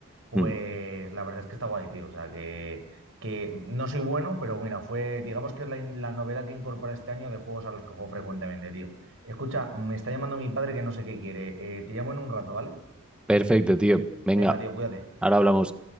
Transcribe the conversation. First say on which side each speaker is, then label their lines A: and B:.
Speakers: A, on the right; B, in the centre.
A: pues
B: Mm.
A: la verdad es que está guay, tío, o sea, que, que no soy bueno, pero mira, fue, digamos que es la, la novedad que incorpora este año de juegos a los que juego frecuentemente, tío. Escucha, me está llamando mi padre que no sé qué quiere, Eh, te llamo en un rato, ¿vale?
B: Perfecto, tío. Venga,
A: Venga, tío, cuídate.
B: ahora hablamos.